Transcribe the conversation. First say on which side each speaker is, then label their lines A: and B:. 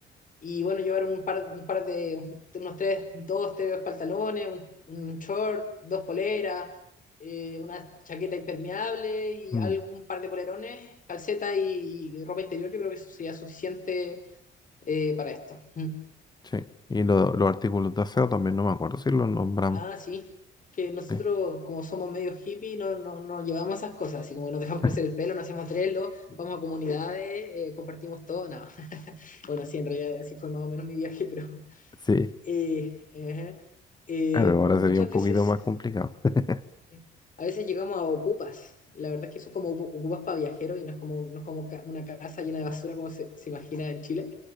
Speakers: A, on the left; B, on the left.
A: Y bueno, llevar un par, un par de, unos tres, dos, tres pantalones, un, un short, dos poleras, eh, una chaqueta impermeable y
B: mm,
A: algún par de polerones, calceta y, y ropa interior, yo creo que eso sería suficiente eh, para esto. Mm.
B: sí. Y lo- los artículos de aseo también no me acuerdo si los nombramos.
A: Ah, sí, que nosotros
B: Sí.
A: como somos medio hippie no, no, no llevamos esas cosas, así como que nos dejamos
B: <laughs>
A: crecer el pelo, nos hacemos trello, vamos a comunidades, eh, compartimos todo, nada. <laughs> Bueno, sí, en realidad así fue más o menos mi viaje, pero
B: Sí.
A: Eh, ajá. Eh,
B: Claro, ahora
A: muchas
B: sería un poquito
A: veces,
B: más complicado. <laughs>
A: eh, a veces llegamos a ocupas. La verdad es que son como ocu- ocupas para viajeros y no es como, no es como ca- una casa llena de basura como se, se imagina en Chile.